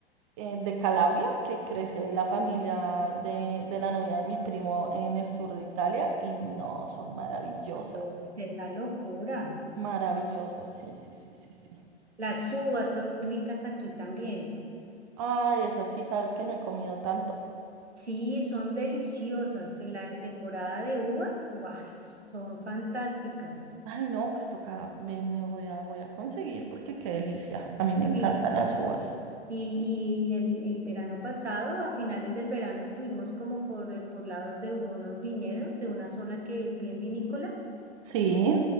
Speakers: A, on the right; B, on the right.
A: eh, de Calabria, que crece la familia de, de la novia de mi primo en el sur de Italia, y no, son maravillosas,
B: Puede ser la locura.
A: maravillosas,
B: ¿no?
A: sí, sí, sí, sí, sí.
B: Las uvas son muy ricas aquí también.
A: Ay, esas sí, sabes que no he comido tanto.
B: Sí, son deliciosas. En la temporada de uvas, ¡guau! son fantásticas.
A: Ay, no, pues toca, me, me voy a, voy a conseguir porque qué delicia. A mí me encantan
B: Sí,
A: las uvas.
B: y, y el, el verano pasado, a finales del verano, estuvimos como por, eh, por lados de unos viñedos, de una zona que es bien vinícola.
A: Sí,